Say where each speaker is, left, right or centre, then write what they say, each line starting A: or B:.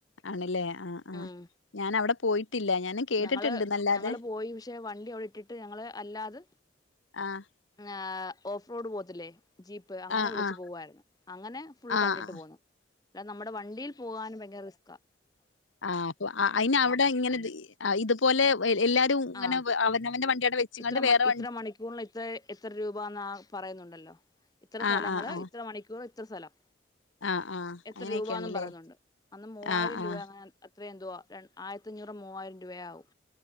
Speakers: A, on the left; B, on the left.
A: ആണല്ലേ ആഹ് ആഹ്
B: ഉം
A: ഞാൻ അവിടെ പോയിട്ടില്ല ഞാൻ കേട്ടിട്ടുണ്ട്ന്നല്ലാതെ
B: ഞങ്ങള് ഞങ്ങള് പോയി പക്ഷേ വണ്ടി അവിടെ ഇട്ടിട്ട് ഞങ്ങള് അല്ലാതെ
A: ആഹ്
B: ആ ഓഫ്രോഡ് പോകത്തില്ലേ ജീപ്പ് അങ്ങനെ
A: ആഹ്
B: വിളിച്ചു
A: ആഹ്
B: പോവായിരുന്നു അങ്ങനെ ഫുൾ
A: ആഹ്
B: കണ്ടിട്ട്
A: ആഹ്
B: പോന്നു അല്ലാതെ നമ്മടെ വണ്ടി പോകാനും ഭയങ്കര റിസ്കാ
A: ആ പോ അയിന് അവിടെ ഇങ്ങനെ ഈ ഇതുപോലെ എല്ലാവരും ഇങ്ങനെ
B: ആ
A: അവനവന്റെ വണ്ടി അവിടെ വെ വെച്ച്ങ്ങാണ്ട്
B: ഇത്ര മണി
A: വേറെ
B: ഇത്ര മണിക്കൂർന്ന് ഇത്ര എത്ര രൂപാന്ന് ആ പറയുന്നുണ്ടല്ലോ ഇത്ര സ്ഥലങ്ങള്
A: ആഹ് ആഹ് ആഹ്
B: ഇത്ര മണിക്കൂർ പോ ഇത്ര സ്ഥലം
A: ആഹ് ആഹ്
B: എത്ര
A: അങ്ങനെയൊക്കെയാണ്ല്ലേ
B: രൂപാന്നും പറയുന്നുണ്ട് അന്ന് മൂവായിരം
A: ആഹ് ആഹ്
B: രൂപയാ അങ്ങനെ ത്ര എന്തുവാ ര ആയിരത്തഞ്ഞൂറ് മൂവായിരം രൂപയാകും.